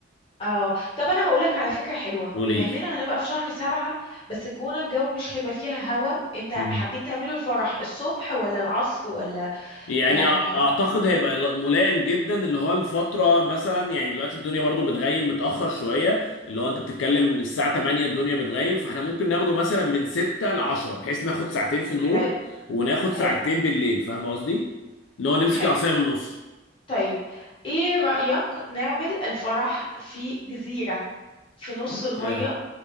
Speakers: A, on the left; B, on the left.
A: اه طب انا هقولك على فكرة حلوة
B: قولي
A: بما اننا هنبقى في شهر سبعة بس الجونة الجو مش هيبقى فيها هوا انت حابين
B: لي
A: تعملوا الفرح الصبح ولا العصر ولا
B: يعني
A: يعني
B: أع- اعتقد هيبقى ملائم جدا اللي هو الفتره مثلا يعني دلوقتي الدنيا برضو بتغيم متاخر شويه اللي هو انت بتتكلم الساعه 8 الدنيا بتغيم فاحنا ممكن ناخده مثلا من 6 ل 10 بحيث ناخد ساعتين في النور
A: حلو
B: وناخد
A: حلو
B: ساعتين بالليل فاهم قصدي اللي هو نمسك
A: حلو
B: العصايه من النص
A: طيب ايه رأيك نعمل الفرح في جزيرة في نص
B: اوكي
A: المية